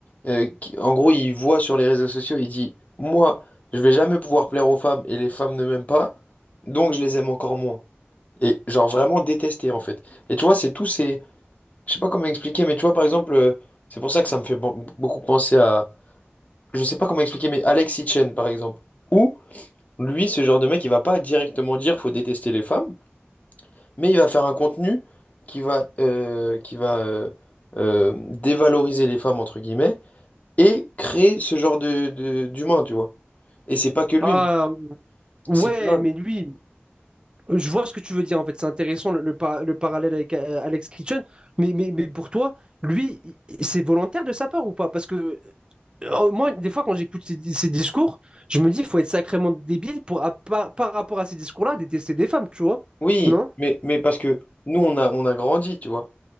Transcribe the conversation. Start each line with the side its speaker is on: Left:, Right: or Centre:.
Left: euh, qui- en gros, il voit sur les réseaux sociaux, il dit, moi, je vais jamais pouvoir plaire aux femmes et les femmes ne m'aiment pas, donc je les aime encore moins. Et genre vraiment détesté en fait. Et tu vois, c'est tout Je sais pas comment expliquer, mais tu vois, par exemple, euh, c'est pour ça que ça me fait bon- beaucoup penser à. Je sais pas comment expliquer, mais Alex Hitchen, par exemple. Ou, lui, ce genre de mec, il va pas directement dire faut détester les femmes, mais il va faire un contenu qui va, euh, qui va euh, euh, dévaloriser les femmes, entre guillemets, et créer ce genre de, de- d'humain, tu vois. Et c'est pas que lui,
Right: Ah,
Left: mais
Right: ouais,
Left: c'est plein.
Right: mais lui, je vois ce que tu veux dire en fait. C'est intéressant le, le, par- le parallèle avec euh, Alex Kitchen. Mais, mais, mais pour toi, lui, i- c'est volontaire de sa part ou pas? Parce que Euh, Moi, des fois, quand j'écoute ces, ces discours, je me dis, il faut être sacrément débile pour, à- par, par rapport à ces discours-là, détester des femmes, tu vois?
Left: Oui,
Right: Non?
Left: mais, mais parce que nous, on a, on a grandi, tu vois.